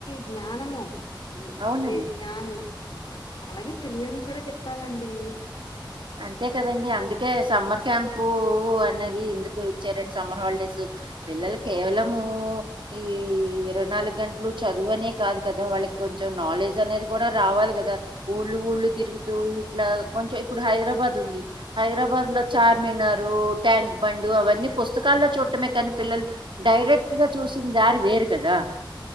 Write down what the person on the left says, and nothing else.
జ్ఞానమూ
అదే జ్ఞానులు. అలాగే పిల్లల్ని కూడా తిప్పాలండీ.